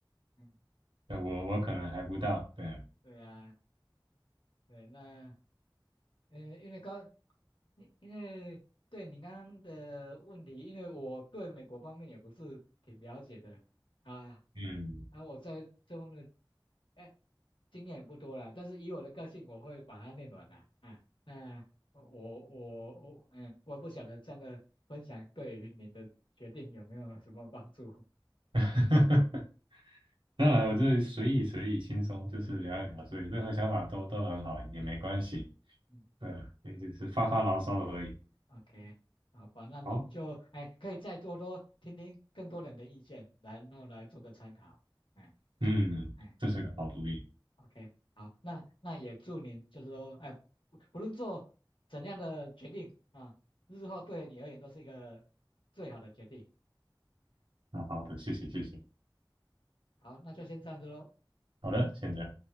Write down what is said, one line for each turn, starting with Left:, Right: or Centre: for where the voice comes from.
Left: 嗯
Right: 对我我可能还不到，
Left: 嗯，
Right: 对啊，
Left: 对啊，对，那呃，因为刚，因因为对你刚刚的问题，因为我对美国方面也不是挺了解的啊，
Right: 嗯。
Left: 啊，我在这方面的哎经验也不多啦，但是以我的个性，我会把它念完的啊。那我我我嗯，我不晓得这样的分享对于您的决定有没有什么帮助？
Right: <laughs> 当然，我这随意随意轻松，就是聊一聊，
Left: 是，
Right: 所以任何想法都都很好，也没关系。
Left: 嗯
Right: 对，也只是发发牢骚而已。
Left: ，OK，好吧，那您就哎可以再多多听听更多人的意见，
Right: 好，
Left: 然后来做个参考。哎。
Right: 嗯，
Left: 哎
Right: 这是个好主意。
Left: ，OK，好，那那也祝您就是说，哎，不不论做怎样的决定啊，日后对你而言都是一个最好的决定。
Right: 那好的，谢谢谢谢。
Left: 好，那就先这样子喽。
Right: 好的，现在。